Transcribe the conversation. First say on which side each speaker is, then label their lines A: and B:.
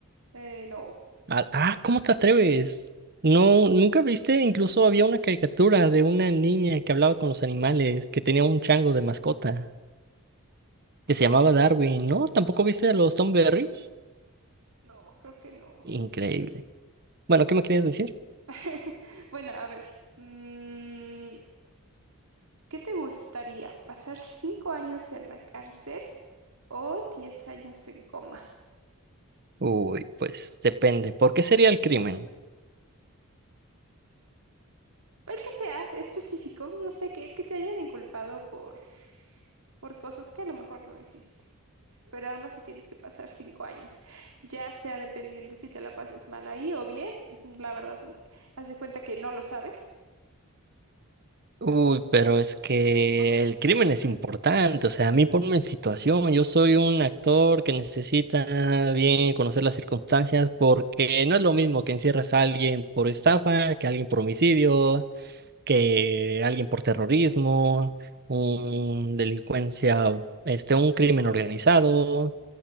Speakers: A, on the right; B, on the right.
A: Eh, no,
B: Ah, ah, ¿cómo te atreves? No, nunca viste, incluso había una caricatura de una niña que hablaba con los animales, que tenía un chango de mascota, que se llamaba Darwin, ¿no? ¿Tampoco viste los Tom Berries?
A: no, creo que no.
B: Increíble. Bueno, ¿qué me querías decir?
A: <laughs> Bueno, a ver. mm, ¿qué te gustaría? ¿Pasar cinco años en la cárcel o diez años en coma?
B: Uy, pues depende. ¿Por qué sería el crimen?
A: El que sea específico, no sé, que, que te hayan inculpado por, por cosas que a lo mejor no hiciste. Pero aún así tienes que pasar cinco años, ya sea dependiendo si te la pases mal ahí o bien, <laughs> la verdad, haz de cuenta que no lo sabes.
B: Uy, pero es que
A: Entonces,
B: el crimen es importante, o sea, a mí ponme en situación, yo soy un actor que necesita bien conocer las circunstancias porque no es lo mismo que encierres a alguien por estafa, que a alguien por homicidio, que a alguien por terrorismo, un delincuencia, este, un crimen organizado.